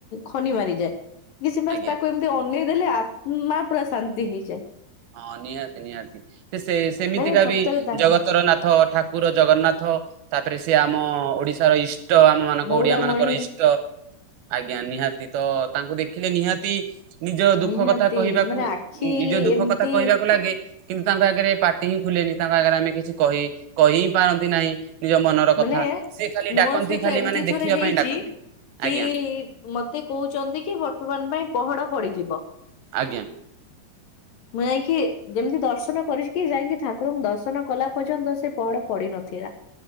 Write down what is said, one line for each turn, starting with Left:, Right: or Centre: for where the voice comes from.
Left: ଖନି ମାରିଯାଏ। କିଛି ମାସ
Right: ଆଜ୍ଞା
Left: ତାକୁ ଏମିତି ଅନେଇ ଦେଲେ ଆତ୍ମା ପୁରା ଶାନ୍ତି ହେଇଯାଏ।
Right: ହଁ ନିହାତି ନିହାତି ସେ ସେ ସେମିତିକା
Left: ମାନେ ସତରେ
Right: ବି
Left: ତାଙ୍କ
Right: ଜଗତର ନାଥ ଠାକୁର ଜଗନ୍ନାଥ। ତାପରେ ସିଏ ଆମ ଓଡିଶାର ଇଷ୍ଟ ଆମ ମାନଙ୍କ
Left: ମଉଡମଣି
Right: ଓଡିଆ ମାନଙ୍କର ଇଷ୍ଟ। ଆଜ୍ଞା ନିହାତି ତ ତାଙ୍କୁ ଦେଖିଲେ ନିହାତି ନିଜ ଦୁଃଖ
Left: ନିହାତି
Right: କଥା କହିବାକୁ
Left: ମାନେ ଆଖି
Right: ନିଜ ଦୁଃଖ
Left: ଏମିତି
Right: କଥା କହିବାକୁ ଲାଗେ। କିନ୍ତୁ ତାଙ୍କ ଆଗରେ ପାଟି ହିଁ ଖୁଲେନି ତାଙ୍କ ଆଗରେ ଆମେ କିଛି କହି କହି ହିଁ ପାରନ୍ତି ନାହିଁ। ନିଜ ମନର କଥା।
Left: ମାନେ
Right: ସିଏ ଖାଲି
Left: ମୋ
Right: ଡାକନ୍ତି
Left: ସହିତ
Right: ଖାଲି
Left: ଏମିତି
Right: ମାନେ
Left: ଥରେ
Right: ଦେଖିବା
Left: ହେଇଛି
Right: ପାଇଁ ଡାକନ୍ତି।
Left: କି
Right: ଆଜ୍ଞା
Left: ମତେ କହୁଚନ୍ତି କି ବର୍ତ୍ତମାନ ପାଇଁ ପହଡ ପଡିଯିବ।
Right: ଆଜ୍ଞା।
Left: ମୁଁ ଯାଇଁକି ଯେମିତି ଦର୍ଶନ କରିଛି କି ଯାଇକି ଠାକୁରଙ୍କୁ ଦର୍ଶନ କଲା ପର୍ଯ୍ୟନ୍ତ ସେ ପହଡ ପଡ଼ିନଥି ଲା।